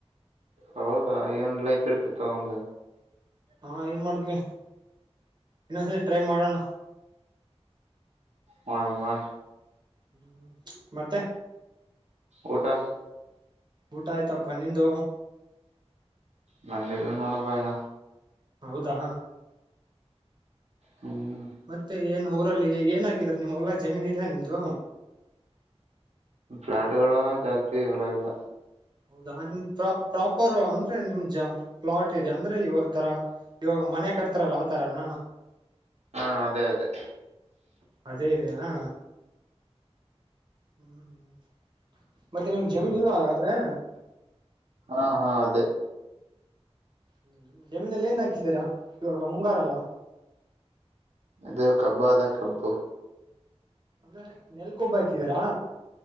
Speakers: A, on the right; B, on the right.
A: ಹೌದಾ ಏನು ಲೈಫ್ ಇರ್ತಿತ್ತ ಒಂದು
B: ಹಾ ಏನ್ ಮಾಡ್ತವಿ ಇನ್ನೊಂದ್ಸರಿ ಟ್ರೈ ಮಾಡೋಣ
A: ಮಾಡಡ ಮಾಡ
B: ಹ್ಮ್ ಹ್ಮ್ ಮತ್ತೆ
A: ಊಟಾ
B: ಊಟ ಆಯ್ತಪ್ಪ ನಿದ
A: ನಂದ ಎಲ್ಲ ನೋಡಬ ಎಲ್ಲ
B: ಹೌದಾ
A: ಹ್ಮ್
B: ಮತ್ತೆ ಏನು ಊರಲ್ಲಿ ಏನಾಗಿದ್ರ ನಿಮ್ಮ್ ಎಲ್ಲಾ ಜಮೀನ್ ಇದ್ಯಾ ನಿಮ್ದು
A: ಫ್ಲಾಟ್ಗಳು ಜಾಸ್ತಿ ಹೊಲ ಇಲ್ಲ
B: ಹೌದಾ ನಿಮ್ ಪ್ರಾ ಪ್ರಾಪರ್ ಅಂದ್ರೆ ನಿಮ್ ಜ ಪ್ಲಾಟ್ ಇದೆ ಅಂದ್ರೆ ಇವ ತರ ಇವಾಗ ಮನೆ ಕಟ್ತಾರಲ್ಲ ಆತರನ.
A: ಹಾ ಅದೇ ಅದೇ.
B: ಅದೇ ಇ ಹಾ ಹ್ಮ್ ಮತ್ತೆ ನಿಮ್ಗೆ ಜಮೀನ್ ಇಲ್ರುವಾಗಾದ್ರೆ.
A: ಹಾ ಹಾ ಅದ.
B: ಹ್ಮ್ ಜಮೀನಲ್ಲ ಏನ್ ಹಾಕಿದ್ದೀರಾ ಇವಾಗ ಮುಂಗಾರಲ್ಲ.
A: ಇದು ಕಬ್ಬ ಅದ ಕಬ್ಬು.
B: ಅಂದ್ರೆ ನೆಲ್ಕೊಬ್ಬ ಹಾಕಿದೀರಾ.